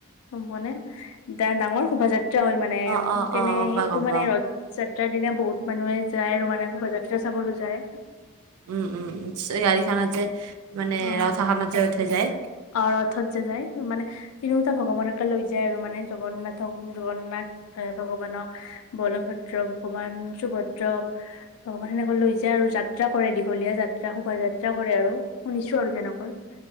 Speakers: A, on the left; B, on the right.
A: গম পোৱা নে? ডাঙৰ শোভাযাত্ৰা হয় মানে
B: অ অ
A: তেনে
B: অ গম পাওঁ
A: সেইটো
B: গম
A: মানে
B: পাওঁ
A: ৰথ যাত য্ৰাৰ দিনা বহুত মানুহে যায় আৰু মানে শোভাযাত্ৰা চাবলৈ যায়।
B: উম উম উম, গাড়ীখানা যে মানে
A: অ',
B: ৰথখানত যে উঠে যায়।
A: অ', ৰথত যে যায় মানে তিনিওটা ভগৱানকে লৈ যায় আৰু মানে জগন্নাথক জগন্নাথ থ ভগৱানক, বলভদ্ৰ ভগৱান, সুভদ্ৰক। ভগৱান, সেনেকৈ লৈ যায় আৰু যাত্ৰা কৰে দীঘলীয়া যাত্ৰা শোভাযাত্ৰা কৰে আৰু, শুনিছো আৰু তেনেকৈ।